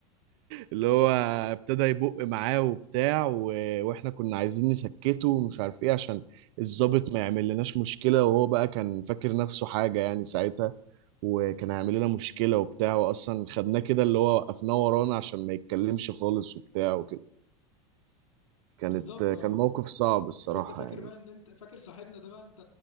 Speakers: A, on the right (about 55°); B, on the left (about 75°).
A: اللي هو ابتدى يبق معاه وبتاع و... واحنا كنا عايزين نسكته ومش عارف ايه عشان الضابط ما يعمل لناش مشكلة وهو بقى كان فاكر نفسه حاجة يعني ساعتها وكان هيعمل لنا مشكلة وبتاع واصلا خدناه كده اللي هو وقفناه ورانا عشان ما يتكلمش خالص وبتاع وكده كانت
B: بالظبط اه
A: كان موقف صعب الصراحة
B: طب انت فاكر
A: يعني
B: بقى ان انت فاكر صاحبنا ده بقى انت